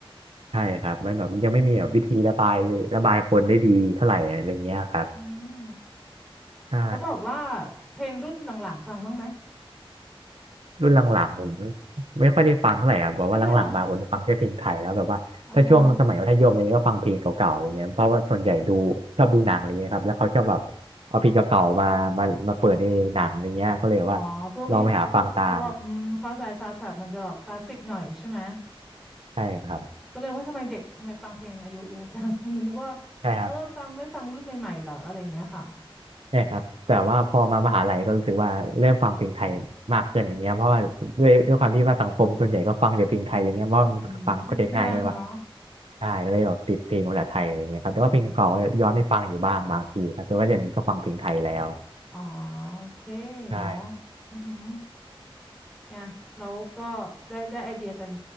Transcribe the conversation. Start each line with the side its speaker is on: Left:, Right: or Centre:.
Right: ใช่ครับมันแบบยังไม่มีแบบวิธีระบายระบายคนได้ดีเท่าไหร่อะไรเงี้ยครับ
Centre: อืมอืม
Right: ใช่
Centre: แล้วบอกว่าเพลงรุ่นหลังๆฟังบ้างไหม
Right: รุ่นหลังๆผมไม่ค่อยได้ฟังเท่าไหร่ครับบอกว่าหลังๆมาผมจะฟังแค่เพลงไทยแล้วแบบว่าถ้าช่วงสมัยมัธยมเนี่ยก็ฟังเพลงเก่าๆอย่างเงี้ยเพราะว่าส่วนใหญ่ดูชอบดูหนังอะไรเงี้ยครับแล้วเขาชอบแบบเอาเพลงเก่าๆมามามาเปิดในหนังอะไรเงี้ยก็เลยว่า
Centre: นั่นเลยเหรอเอาละ อ๋อพวกมีมีเพราะว่าอืมเข้าใจซาวด์แทร็กมันจะแบบคลาสสิกหน่อยใช่ไหม
Right: ลองไปหาฟังตามใช่ครับ
Centre: ก็เลยว่าทำไมเด็กทำไมฟังเพลงอายุเยอะจัง <laughs> นึกว่า
Right: ใช่ครับ
Centre: เออฟังไม่ฟังรุ่นใหม่ๆเหรออะไรอย่างเงี้ยค่ะ
Right: ใช่ครับแต่ว่าพอมามหาลัยก็รู้สึกว่าเริ่มฟังเพลงไทยมากขึ้นอย่างเงี้ยเพราะว่าด้วยด้วยความที่ว่าสังคมส่วนใหญ่ก็ฟังแต่เพลงไทยอะไรเงี้ยเพราะว่ามันฟังก็จะง่ายก็เลยว่า
Centre: อืมอืมเพื่อนๆเนาะ
Right: ได้ก็เลยแบบติดเพลงภาษาไทยอะไรเงี้ยครับแต่ว่าเพลงเก่าก็ย้อนไปฟังอยู่บ้างบางทีครับแต่ว่าเดี๋ยวนี้ก็ฟังเพลงไทยแล้ว
Centre: อืมอ๋อโอเค
Right: ใช่
Centre: เนาะอือหือเนี่ยแล้วก็ได้ได้ไอเดียกัน